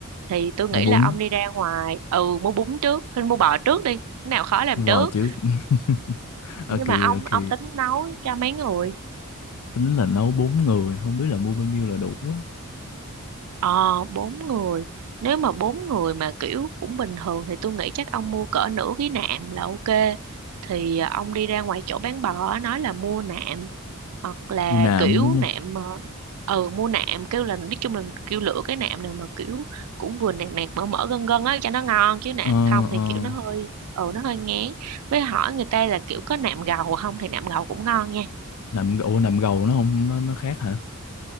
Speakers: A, on the right; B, on the left.
A: thì tôi nghĩ
B: Mua bún,
A: là ông đi ra ngoài ừ mua bún trước, hay mua bò trước đi, cái nào khó làm trước.
B: bò trước. <laughs> Ok,
A: Nhưng mà ông
B: ok.
A: ông tính nấu cho mấy người?
B: Tính là nấu bốn người, không biết là mua bao nhiêu là đủ á.
A: Ờ, bốn người. Nếu mà bốn người mà kiểu cũng bình thường thì tôi nghĩ chắc ông mua cỡ nửa cái nạm là ok. Thì à, ông đi ra ngoài chỗ bán bò á, nói là mua nạm hoặc là
B: Mua nạm
A: kiểu
B: đúng không?
A: nạm ờ, ừ mua nạm kêu là nói chung là kêu lựa cái nạm nào mà kiểu cũng vừa nạc nạc mỡ mỡ gân gân á cho nó ngon chứ nạm
B: Ờ,
A: không thì
B: ờ.
A: kiểu nó hơi ừ nó hơi ngán. Với hỏi người ta là kiểu có nạm gầu không thì nạm gầu cũng ngon nha.
B: Nạm, ủa, nạm gầu nó không, nó, nó khác hả?